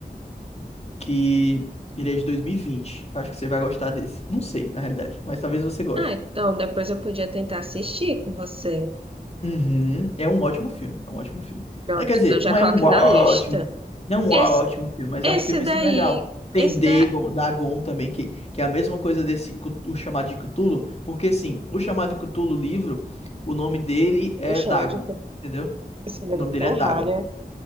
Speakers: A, on the left (about 40°); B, on the right (about 35°).
A: Que ele é de 2020. Acho que você vai gostar desse. Não sei, na realidade, mas talvez você goste.
B: Ah, então depois eu podia tentar assistir com você.
A: Uhum, É um ótimo filme, é um ótimo filme.
B: Pronto,
A: Ah, Quer dizer,
B: então já
A: não
B: coloque
A: é um ótimo,
B: na lista.
A: não é um
B: Esse,
A: ótimo filme, mas
B: esse
A: é um filme
B: daí,
A: assim legal. Tem
B: esse
A: Dagon,
B: da...
A: Dagon também, que, que é a mesma coisa desse Cu- o chamado de Cthulhu, porque assim, o chamado de Cthulhu livro, o nome dele é
B: O Chamado,
A: Dagon, entendeu?
B: esse livro
A: O nome dele
B: tá
A: é Dagon.
B: errado, né?